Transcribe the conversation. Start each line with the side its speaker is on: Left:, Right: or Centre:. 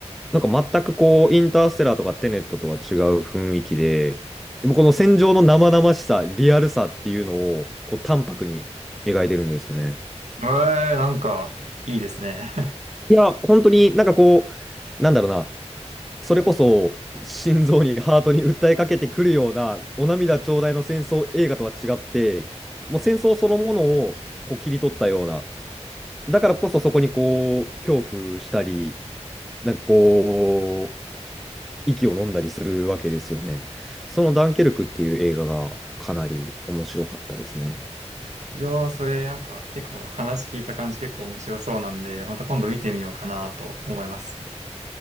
Centre: なんか全くこう、インターステラーとかテネットとは違う雰囲気で、でもこの戦場の生々しさ、リアルさっていうのを、こう、淡白に描いてるんですよね。
Right: えー、なんか、いいですね。<laughs>
Centre: いや、本当になんかこう、なんだろうな、それこそ心臓に、ハートに訴えかけてくるような、お涙頂戴の戦争映画とは違って、もう戦争そのものをこう切り取ったような、だからこそそこにこう、恐怖したり、なんかこう、息を飲んだりするわけですよね。そのダンケルクっていう映画がかなり面白かったですね。
Right: いやー、それ、なんか、結構話聞いた感じ結構面白そうなんで、また今度見てみようかなと思います。